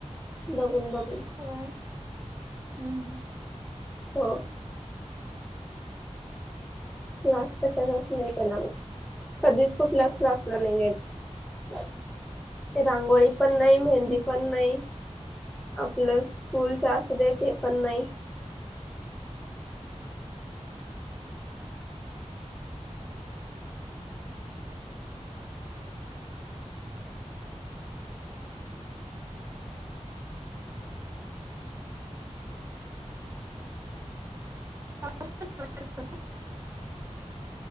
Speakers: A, in the centre; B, on the right.
A: बघून बघून.
B: होय हम्म हम्म.
A: हो. क्लास कशा जास नाही केलाम्ही कधीच कुठल्याच क्लासला नाही गेले. रांगोळी पण नाही मेहंदी
B: हम्म
A: पण नाही. लल स्कूलच्या असू दे ते पण नाही
B: <inaudible>